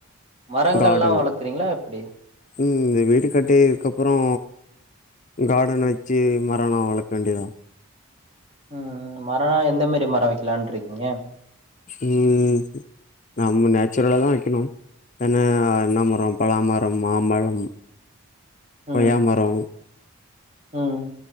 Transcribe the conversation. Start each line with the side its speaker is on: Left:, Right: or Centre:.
Right: மரங்கள்லா
Left: கார்டன்
Right: வளர்க்குறீங்களா எப்டி
Left: ம் எங்க வீடு கட்டி இதுக்கப்புறோ கார்டன் வச்சு மரோலா வளக்க வேண்டியதா
Right: ம் ம் மரோனா எந்த மாரி மரோ வைக்கலான்ருக்கீங்க
Left: ம் நம்ம நேச்சுரலா தா வைக்கணு ஏன்னா என்ன மரம் பலாமரம் மாம்பழம் கொய்யா
Right: ம்,
Left: மரோ
Right: ம்